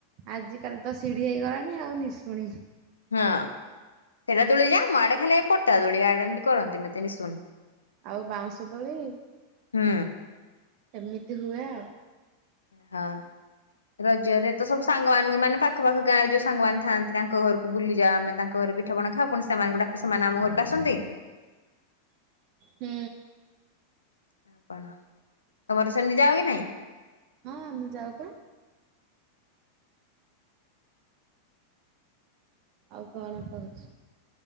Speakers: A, on the right (about 40°); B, on the left (about 75°).
A: ଆଜିିକାଲି ତ ସିଢି ହେଇଗଲାଣି ଆଉ ନିଶୁଣି।
B: ହଁ ସେଇଟା ଦୋଳି ଯା ଆଡେ ଖାଲି ପଟା ଦୋଳି ଆଡେ ଏମିତି କରନ୍ତି ଏତେ ନିଶୁନି।
A: ଆଉ ବାଉଁଶ ଦୋଳି।
B: ହୁଁ।
A: ଏମିତି ହୁଏ ଆଉ।
B: ହଁ। ରଜରେ ତ ସବୁ ସାଙ୍ଗମାନାନ ମାନେ ପାଖପଖ ଗାଁ ରେ ଯୋଉ ସାଙ୍ଗମାନେ ଥାଆନ୍ତି ତାଙ୍କ ଘରକୁ ବୁଲିଯା ଆମେ ତାଙ୍କ ଘରେ ପିଠ ପଣା ଖା ପୁଣି ସେମାନ ଗୁଡାକୁ ସେମାନେ ଆମ ଘରକୁ ଆସନ୍ତି।
A: ହୁଁ।
B: ଆଉ କଣ ତମର ସେମିତି ଯାଅ କି ନାଇଁ?
A: ହଁ ମୁଁ ଯାଉ ପା। ଆଉ କଣ କହୁଛୁ